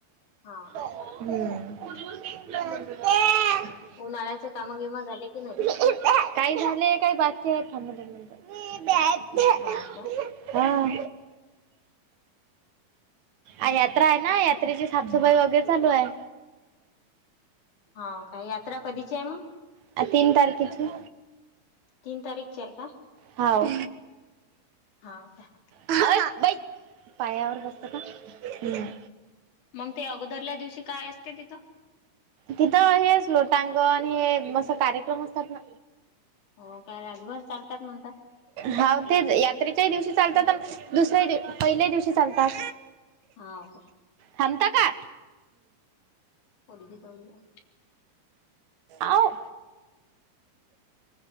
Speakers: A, on the left; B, on the right.
A: हा.
B: हम <unintelligible>
A: उन्हाळ्याचे काम बिम झाले की नाही?
B: काही झालं काय बसते थांब ना दोन मिंट <unintelligible> मी बसते
A: हा का
B: <unintelligible> हा आय यात्रा आहे ना यात त्रेची साफसफाई वगैरे चालू आहे.
A: हा काय यात्रा कधीची आहे मग
B: आ तीन तारखेचे.
A: तीन तारीखची आहे का?
B: हाव
A: हा काय
B: हया बैठ पायावर बसतो का
A: मग ते अगोदरल्या दिवशी काय असते तिथं
B: तिथं हेच लोटांगण हे मस्त कार्यक्रम असतात ना.
A: हो काय रातभर चालतात म्हणताय.
B: हाव तेच यात्रेच्या ही दिवशी चालतात अन दुसऱ्या ही पहिल्या दिवशी चालतात.
A: हाव का.
B: थांबता का
A: पोडगी दळून द्या
B: आउ